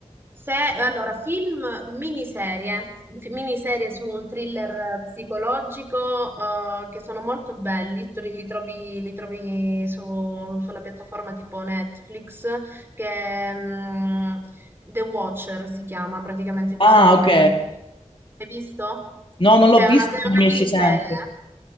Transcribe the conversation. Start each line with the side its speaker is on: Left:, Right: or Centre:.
Right: se, allora, film, miniserie, fi- miniserie su un thriller psicologico eh, che sono molto belli, tu li li trovi, li trovi su- sulla piattaforma tipo Netflix, che mm, The Watcher si chiama praticamente questo
Left: Ah,
Right: film.
Left: ok,
Right: Hai visto?
Left: no, non l'ho
Right: Cioè,
Left: visto,
Right: è una, è una
Left: ma mi esce
Right: miniserie.
Left: sempre,